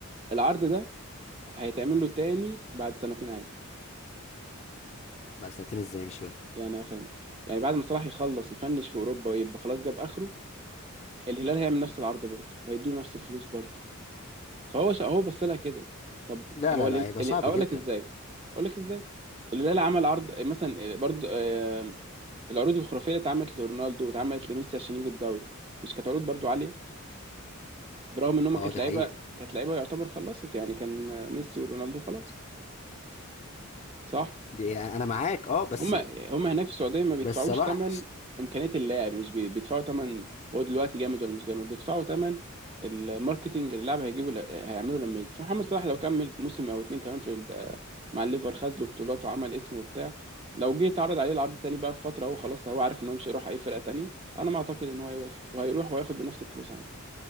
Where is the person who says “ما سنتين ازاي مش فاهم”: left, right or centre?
Left